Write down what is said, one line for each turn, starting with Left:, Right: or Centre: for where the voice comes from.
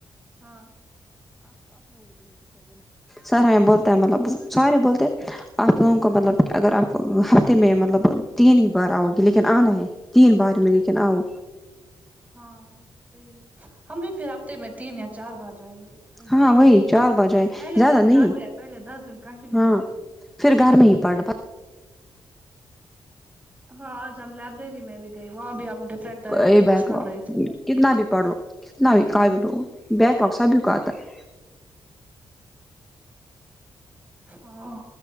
Right: ہاں
Centre: سر ہمیں بولتے ہیں مطلب سارے بولتے ہیں <unintelligible> آپ لوگوں کو مطلب اگر آپ ہفتے میں مطلب تین ہی بار آؤ گے لیکن آنا ہے تین بار میں لیکن آؤ
Right: ہاں صحیح ہم بھی پھر ہفتے میں تین یا چار بار جائیں گے کنٹینیو
Centre: ہاں وہی
Right: نہیں
Centre: چار بار جائے
Right: پہلے
Centre: زیادہ
Right: دن
Centre: نہیں
Right: جاتے ہیں پہلے دس دن کنٹینیو
Centre: ہاں
Right: جانا چاہیے
Centre: پھر گھر میں ہی پڑنا
Right: ہاں آج ہم لائبریری میں بھی گئے وہاں بھی ہم ڈفرنٹ طرح کے
Centre: یہ
Right: بکس
Centre: بیک
Right: پڑھ
Centre: لاگ
Right: رہے تھے
Centre: کتنا بھی پڑھ لو کتنا بھی قاببل لو بیک لوگ سبھی کا آتا ہے
Right: ہاں